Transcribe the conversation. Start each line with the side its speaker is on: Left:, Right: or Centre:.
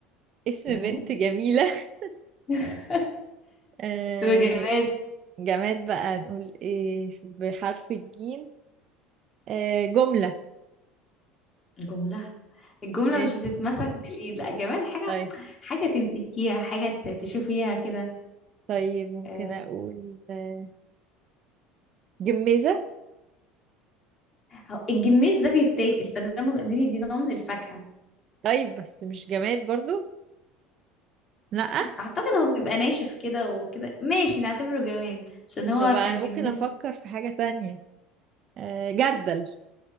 Right: اسم
Left: مم.
Right: بنت جميلة <laughs>
Left: <laughs>
Right: آه
Left: وجماد
Right: جماد بقى نقول ايه بحرف الجيم آه جملة
Left: جملة الجملة
Right: ايه
Left: مش بتتمسك بالإيد لا جماد حاجة
Right: طيب
Left: حاجة تمسكيها حاجة ت- تشوفيها كده
Right: طيب ممكن
Left: آه،
Right: اقول آه جميزة
Left: هو الجميز ده بيتاكل فده م- دي دي نوع من الفاكهة
Right: طيب بس مش جماد برضو لا
Left: أعتقد هو بيبقى ناشف كده وكده ماشي نعتبره جماد عشان هو
Right: طب انا
Left: كجميز
Right: ممكن افكر في حاجة تانية آه جردل